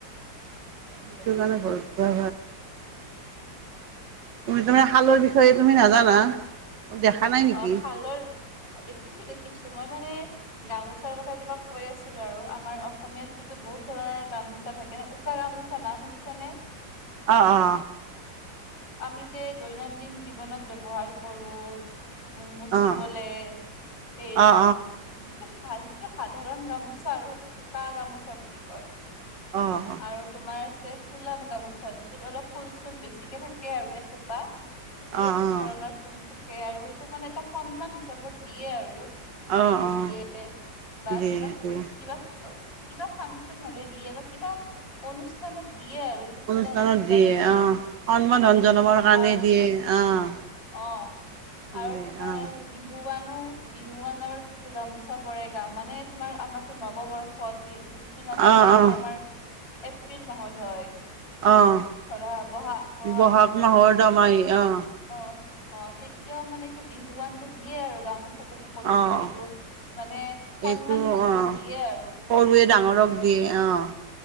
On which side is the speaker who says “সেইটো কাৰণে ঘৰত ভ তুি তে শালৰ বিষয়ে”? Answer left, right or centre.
Right